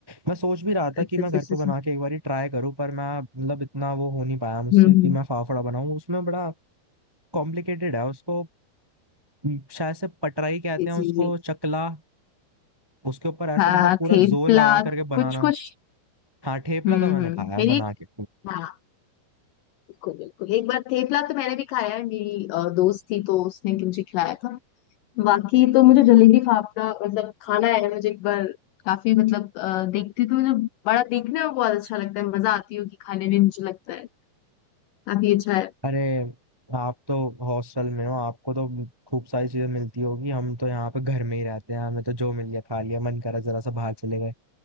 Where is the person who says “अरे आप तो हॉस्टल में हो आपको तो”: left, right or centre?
Right